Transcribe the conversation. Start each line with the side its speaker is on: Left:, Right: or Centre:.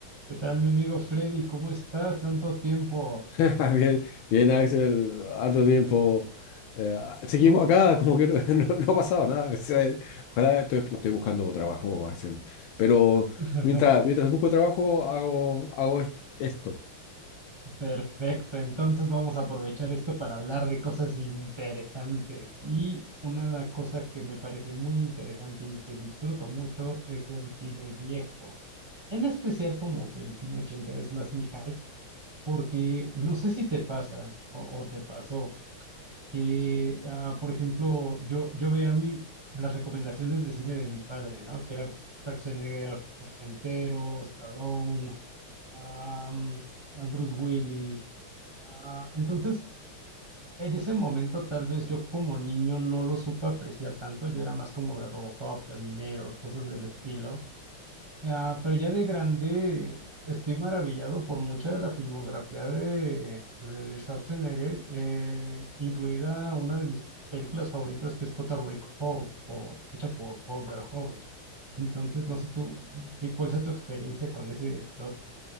Right: ¿Qué tal, mi amigo Freddy? ¿Cómo estás? Tanto tiempo.
Left: <laughs> Bien, bien, Axel, harto tiempo. Eh, seguimos acá, como que no, <laughs> no- no ha pasado nada. O sea, ojalá estoy, estoy buscando trabajo, Axel. Pero
Right: <laughs>
Left: mientras, mientras busco trabajo, hago, hago est- esto.
Right: Perfecto, entonces vamos a aprovechar esto para hablar de cosas interesantes. Y una cosa que me parece muy interesante y que disfruto mucho es el cine viejo. En especial como que el cine ochentero es más mi hype, porque no sé si te pasa o, o te pasó, que, ah, por ejemplo, yo, yo veía mi, las recomendaciones de cine de mi padre, ¿no? Que era pues, Schwarzenegger ochentero, Stallone, am, a Bruce Willis. Ah, entonces, en ese momento, tal vez yo como niño no lo supe apreciar tanto. Yo era más como de Robocop, Terminator, cosas del estilo. Ah, pero ya de grande estoy maravillado por mucha de la filmografía de, de Schwarzenegger, eh, incluida una de mis películas favoritas que es Total Recall, o- hecha por Paul Verhoeven. Entonces, no sé tú, qué, cuál sea tu experiencia con ese director,